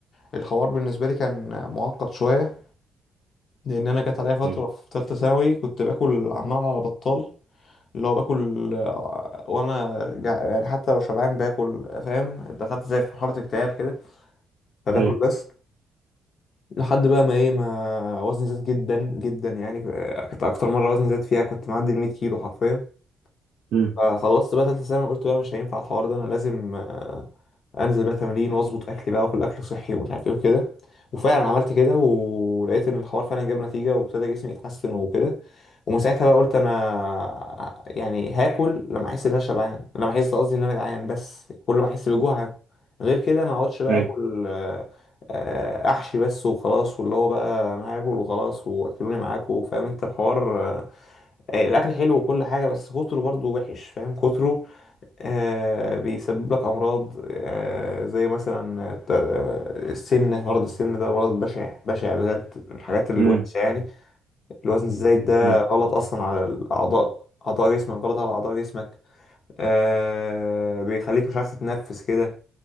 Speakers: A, on the left (about 55°); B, on the right (about 75°).
A: الحوار بالنسبه لي كان معقد شويه لان انا جت عليا فتره
B: ايوه
A: في ثالثه ثانوي كنت باكل عمال على بطال اللي هو باكل آه، وانا جع- يعني حتى لو شبعان باكل فاهم دخلت زي في مرحله اكتئاب كده فباكل
B: ايوه
A: بس لحد بقى ما ايه ما وزني زاد جدا جدا يعني كانت اكتر مره وزني زاد فيها كنت معدي ال 100 كيلو حرفيا
B: امم
A: فخلصت بقى تالتة ثانوي قلت بقى مش هينفع الحوار ده انا لازم آه، انزل بقى تمرين واظبط اكلي بقى واكل اكل صحي ومش عارف ايه وكده وفعلا عملت كده ولقيت ان الحوار فعلا جاب نتيجة وابتدى جسمي يتحسن وكده ومن ساعتها بقى قلت انا يعني هاكل لما احس ان انا شبعان لما احس قصدي ان انا جعان بس كل ما احس بالجوع هاكل غير كده انا ما اقعدش بقى
B: ايوه
A: اكل آه، آه، احشي بس وخلاص واللي هو بقى انا هاكل وخلاص واكلوني معاكم فاهم انت الحوار آه، الاكل حلو وكل حاجه بس كتره برضو وحش فاهم كتره آه بيسبب لك امراض آه زي مثلا الت- آه، السمنه مرض السمنه ده مرض بشع بشع بجد من الحاجات الوحشه
B: امم
A: يعني الوزن الزايد ده
B: ايوه
A: غلط اصلا على الاعضاء اعضاء جسمك غلط على اعضاء جسمك آه بيخليك مش عارف تتنفس كده